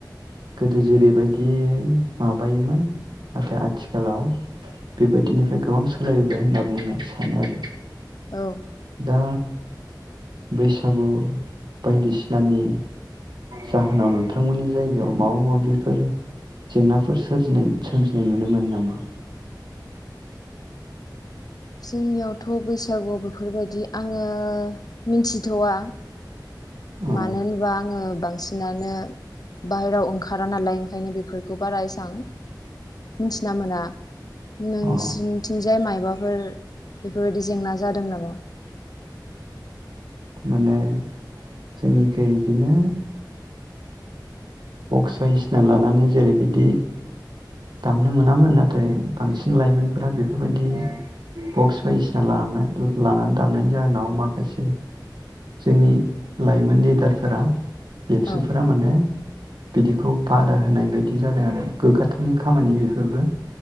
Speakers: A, on the right; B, on the left.
A: गोदो जेरैबायद बिदियै माबायोमोन नाथाय आथिखालाव बेबायदिनिफ्राय गोबां सोलायबोबाय होनना बुंनो सानो आरो
B: औ
A: दा बैसागु बायदिसिनानि जाहोनाव नोंथांमोननि जायगायाव माबा माबिफोर जेंनाफोर सोमजिनाय नुनो मोनो नामा
B: जोंनियावथ' बैसागु बेफोरबायदि आंङो मिथिथ'वा
A: अ
B: मानो होनबा आंङो बांसिनानो बाहेरायाव ओंखारा नालाय ओंखायनो बेफोरखौ बारा एसेबां मिथिना मोना नोंसिनिथिंजाय
A: अ
B: माइ माबाफोर बेफोरबायदि जेंना जादों नामा
A: माने जोंनिख बिदिनो बक्स बायदिसिना लानानै जेरैबायदि दामनो मोनामोन नाथाय बांसिन लाइमोनफोरा बेफोरबायदि बक्स बायदिसिना लानानै दामनायनि जाहोनाव माखासे जोंनि लाइमोन लिडारफोरा एबसुफोरा
B: औ
A: माने बिदिखौ बादा होनाय बायदि जादों आरो गोग्गाथावनि खामानि बेफोरबो